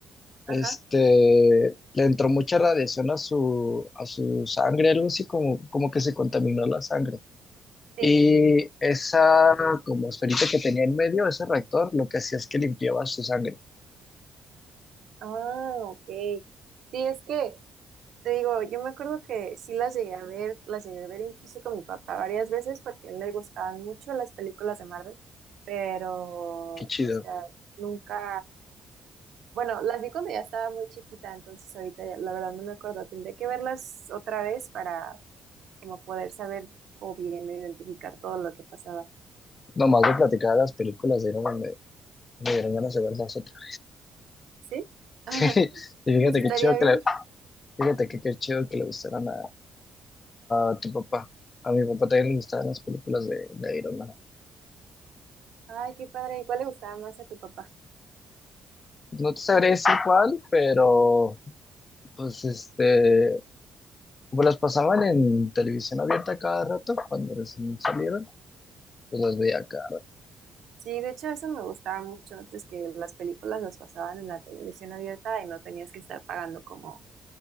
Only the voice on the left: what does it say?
este, le entró mucha radiación a su, a su sangre, algo así como, como que se contaminó la sangre.
Y esa como esferita que tenía en medio, ese rector, lo que hacía es que limpiaba su sangre.
Qué chido.
Nomás de platicar de las películas, de ahí no me, me dieron ganas de verlas otras.
<laughs> Y fíjate
qué chido
Fíjate que qué chido que le gustaran a, a tu papá. A mi papá también le gustaban las películas de, de Iron Man.
No te sabré decir cuál, pero pues este, como las pasaban en televisión abierta cada rato, cuando recién salieron, pues las veía acá.